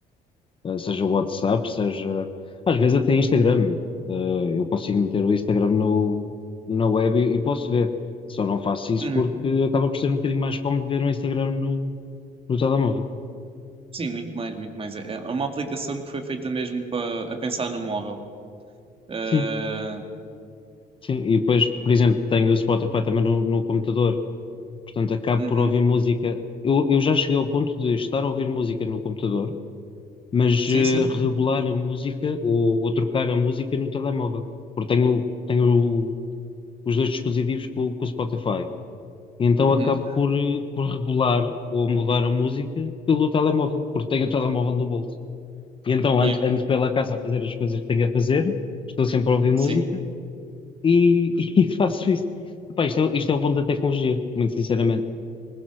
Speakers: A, on the left; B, on the right.
A: Eh, seja o WhatsApp, seja às vezes até Instagram. Eh, eu consigo meter o Instagram no, na web e, e posso ver. Só não faço isso
B: Uhum.
A: porque acaba por ser um bocadinho mais cómodo ver o Instagram no, no telemóvel.
B: Sim, muito mais, muito mais. É é uma aplicação que foi feita mesmo para a pensar no móvel. Ah,
A: Sim, sim. E depois, por exemplo, tenho o Spotify também no, no computador, portanto acabo
B: uhum.
A: por ouvir música. Eu, eu já cheguei ao ponto de estar a ouvir música no computador mas
B: Sim,
A: eh,
B: sim.
A: regular a música ou, ou trocar a música no telemóvel, porque tenho, tenho os dois dispositivos com, com o Spotify. E Então
B: Uhum.
A: acabo por, eh, por regular ou mudar a música pelo telemóvel, porque tenho o telemóvel no bolso. E então
B: Yeah.
A: ando, ando pela casa a fazer as coisas que tenho a fazer, estou sempre a ouvir música
B: Sim.
A: e, <laughs> e faço isso. Epá, isto é, isto é o bom da tecnologia, muito sinceramente.